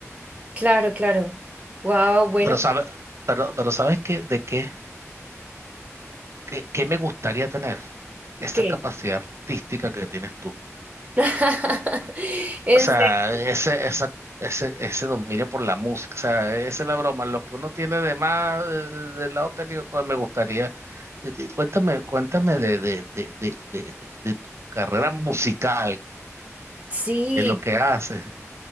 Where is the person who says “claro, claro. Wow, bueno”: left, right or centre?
Right